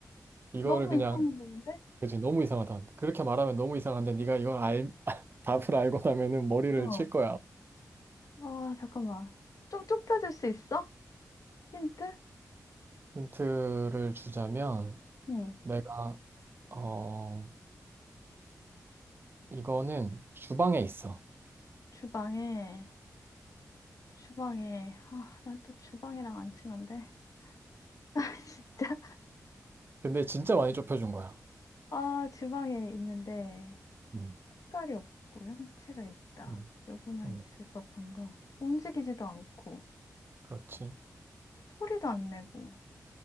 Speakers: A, on the right; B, on the left.
A: 이거를
B: 너무
A: 그냥
B: 이상한 건데?
A: 그지 너무 이상하다. 그렇게 말하면 너무 이상한데 네가 이걸 알 <laughs> 답을 알고 나면은 머리를
B: 어.
A: 칠 거야.
B: 아, 잠깐만. 좀 좁혀질 수 있어? 힌트?
A: 힌트를 주자면
B: 응.
A: 내가 어 이거는 주방에 있어.
B: 주방에, 주방에. 아, 난 또 주방이랑 안 친한데. <laughs> 진짜?
A: 근데 진짜 많이 좁혀준 거야.
B: 아, 주방에 있는데
A: 음,
B: 색깔이 없고 형체가 있다.
A: 음,
B: 누구나
A: 음,
B: 있을 법한 거. 움직이지도 않고,
A: 그렇지.
B: 소리도 안 내고.